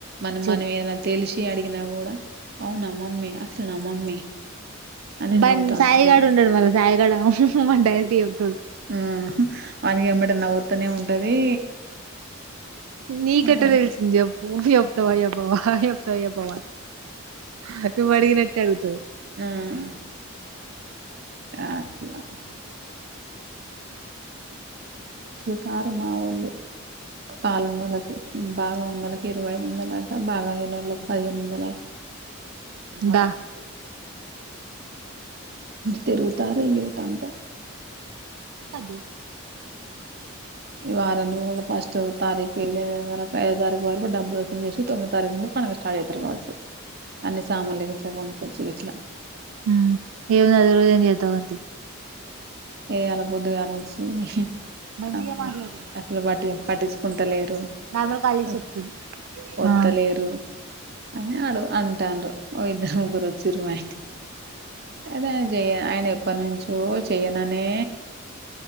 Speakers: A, on the right; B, on the right.
A: మనం
B: చెప్
A: మన ఏదనతెలిసి అడిగినా కూడా అవునా మమ్మీ అట్లానా మమ్మీ అని
B: బన్
A: నవుతా అంటాడు
B: సాయిగాడు
A: వీడు
B: ఉన్నాడు మళ్ళ సాయిగాడు మని డైరెక్ట్ చెప్తాడు
A: ఊ అని ఎమ్మటె నవ్ తనే ఉంటది
B: నీ
A: వాడంట
B: కేట్ట తెళ్సింది చెప్పు చెప్తావా చెప్పవా హయ్ చెప్తావా చెప్పవా హక్కు అడిగినట్టే అడుగుతది
A: హ్మ్ యక్ య <inaudible> రారు మావోలు పాలఉన్నోలుకు బాగా ఉన్నోళ్ళకి ఇరవై ఐదు వందలు అట బాగా లేనోళ్ళకి పదిహేను వంద
B: బా
A: తిరుగుతార్‌ యూత్ అంత
B: అది
A: ఈ వార నేమో లే ఫస్ట్ <inaudible> తో తారీఖు వెళ్ళే వరకు ఐదో తారీఖు వరకు డబ్బులు వసూలు చేసి తొమ్మిది తారీఖు నుండి పండుగ స్టార్ట్ అవుతారు కావచ్చు అన్ని సామాన్లు ఇట్లా కొనుకొచ్చి ఇట్లా
B: హ్మ్ ఏముంది అద రోజ ఏ చేతా ఉంది
A: ఏ అలా పొద్దుగాల వచ్చి
B: మంచిగా
A: ఆ
B: మాట్లాడింది
A: అసలు పటి పట్టించుకుంటలేరు
B: నార్మల్ కాల్ చేసి
A: వత్
B: చెప్తుంది
A: వత్తలేరు
B: ఆ
A: అది అడుగు అంటాండ్రు ఓ ఇద్దరు ముగ్గురు వచ్చిరు మా ఇంటికి అదే చేయ ఆయన ప్పనుంచి ఓ చెయననే